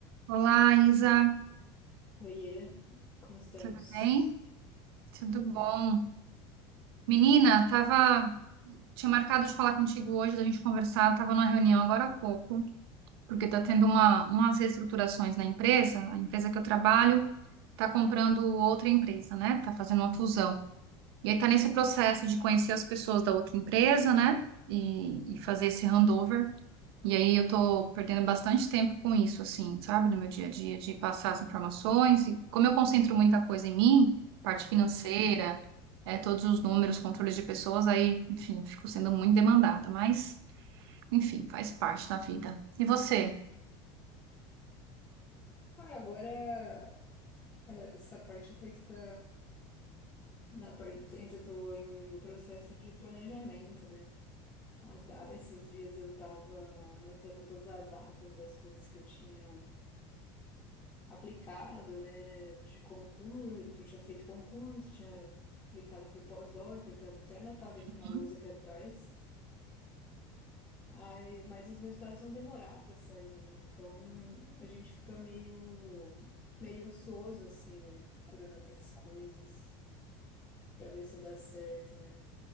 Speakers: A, on the right (about 80°); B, on the left (about 25°).
A: Olá, Isa,
B: Oiê, como estamos?
A: tudo bem? Tudo
B: Tudo bom?
A: bom? Menina, tava, tinha marcado de falar contigo hoje, da gente conversar, tava numa reunião agora há pouco, porque tá tendo uma, umas reestruturações na empresa, a empresa que eu trabalho tá comprando outra empresa, né? Tá fazendo uma fusão. E aí tá nesse processo de conhecer as pessoas da outra empresa, né? E, e fazer esse handover E aí eu tô perdendo bastante tempo com isso, assim, sabe, no meu dia a dia, de passar as informações. E como eu concentro muita coisa em mim, parte financeira,
B: Hum.
A: é, todos os números, controles de pessoas, aí, enfim, eu fico sendo muito demandada. Mas, enfim, faz parte da vida. E você?
B: Ah, agora é, essa parte até que tá na parte, ainda tô em processo de planejamento, né? As da- Esses dias eu tava anotando todas as datas das coisas que eu tinha aplicado, né? De concurso, que eu tinha feito concurso, tinha aplicado para o pós-doc, eu tá até anotado aqui
A: Uhum.
B: na lousa aqui atrás. Ai, mas os resultados vão demorar para sair, né? Então a gente fica meio, meio ocioso, assim, né? Procurando outras coisas para ver se dá certo, né?